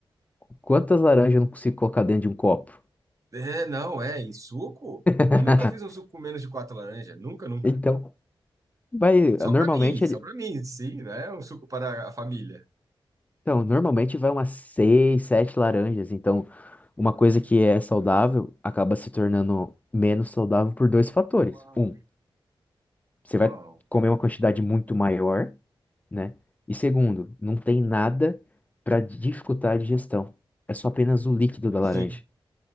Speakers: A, on the left; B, on the right.
A: quantas laranjas eu não consigo colocar dentro de um copo.
B: É, não, é. E suco?
A: <laughs>
B: Eu nunca fiz um suco com menos de quatro laranjas. Nunca, nunca.
A: Então, vai,
B: Só
A: normalmente
B: pra mim, só
A: ele-
B: pra mim, sim, né? Um suco para a família.
A: Então, normalmente vai umas seis, sete laranjas. Então, uma coisa que é saudável acaba se tornando menos saudável por dois fatores.
B: Uau.
A: Um, você
B: Uau.
A: vai comer uma quantidade muito maior, né? E segundo, não tem nada para dificultar a digestão. É só apenas o líquido da
B: Que
A: laranja.